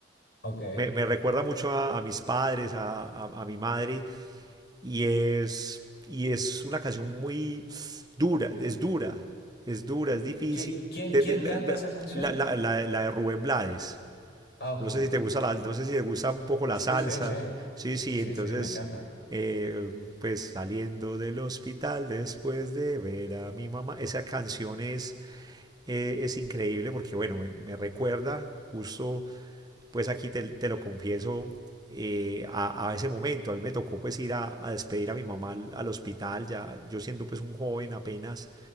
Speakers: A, on the left; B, on the right.
A: Ok.
B: Me, me recuerda mucho a, a mis padres, a, a, a mi madre, y es, y es una canción muy dura, es dura, es dura, es difícil.
A: ¿Qui- ¿Quién,
B: De-
A: quién
B: de-
A: canta esa canción?
B: la, la- la- la- la de Rubén Blades.
A: Ah, ok,
B: No sé si
A: ok.
B: te gusta la, no sé si te gusta un poco la
A: Sí,
B: salsa.
A: sí, sí.
B: Sí, sí,
A: Sí,
B: entonces,
A: sí, me encanta.
B: eh, pues saliendo del hospital después de ver a mi mamá, esa canción es, eh, es increíble porque, bueno, me, me recuerda justo, pues aquí te, te lo confieso, eh, a, a ese momento. A mí me tocó pues ir a, a despedir a mi mamá al, al hospital, ya yo siendo pues un joven apenas.